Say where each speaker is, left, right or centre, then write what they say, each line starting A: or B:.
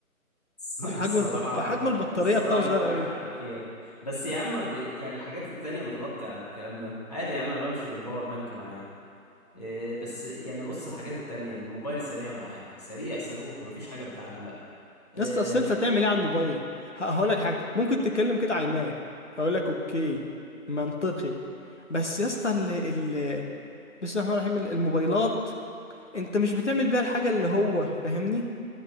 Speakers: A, on the left (about 25°); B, on the left (about 50°).
A: <laughs>
B: حجم
A: الصراحة
B: البط... حجم البطاريه
A: الصراحة
B: بتاعه صغير
A: دي معاك
B: قوي
A: حق فيها بس يا عم ب... يعني الحاجات التانية بتغطي على الكلام ده عادي يا عم انا بمشي بالباور بانك معايا إيه بس يعني بص الحاجات التانية الموبايل سريع معاك سريع صاروخ مفيش حاجة بتعلق آه،
B: يا اسطى اصل انت هتعمل ايه على الموبايل ه- هقول لك حاجه ممكن تتكلم كده على الماء هقول لك اوكي منطقي بس يا اسطى ال... ال... بسم الله الرحمن الرحيم ال- الموبايلات انت مش بتعمل بيها الحاجه اللي هو فاهمني